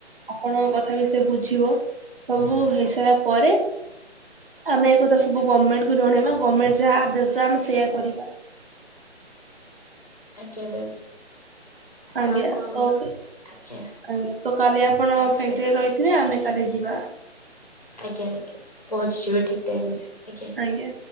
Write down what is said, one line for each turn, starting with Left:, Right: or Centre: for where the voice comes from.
Right: ଆପଣଙ୍କ କଥା ବି ସେ ବୁଝିବ। ସବୁ ହେଇସାରିଲା ପରେ ଆମେ ଏକଥା ସବୁ ଗମେଣ୍ଟକୁ ଜଣେଇବା। ଗମେଣ୍ଟେ ଯାହା ଆଦେଶ ଦବ ଆମେ ସେୟା କରିବା।
Left: ଆଜ୍ଞା ମ୍ୟାମ। ଆପଣଙ୍କୁ
Right: ଆଜ୍ଞା
Left: ଆଜ୍ଞା।
Right: ତ ଆଜ୍ଞା ତ କାଲି ଆପଣ
Left: ବୁଝିଗଲି
Right: ଫ୍ୟାକ୍ଟିରେ ରହିଥିବେ। ଆମେ କାଲି ଯିବା।
Left: ଆଜ୍ଞା ଆଜ୍ଞା ପହଞ୍ଚିଯିବେ ଠିକ୍ ଟାଇମ ରେ। ଆଜ୍ଞା।
Right: ଆଜ୍ଞା।